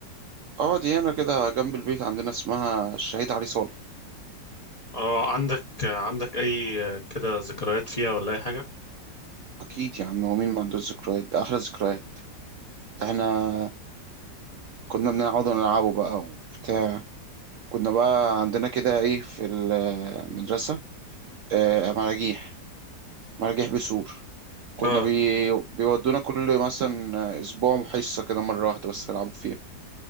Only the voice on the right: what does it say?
اه دي هنا كده جنب البيت عندنا اسمها الشهيد علي صالح
اكيد يا عم ومين ما عندوش ذكريات ده احلى ذكريات ده احنا كنا بنقعد نلعبه بقى وبتاع كنا بقى عندنا كده ايه في المدرسة آه مراجيح مراجيح بيسور كنا
بي... بيودونا كل مثلا اسبوع حصة كده مرة واحدة بس نلعبوا فيها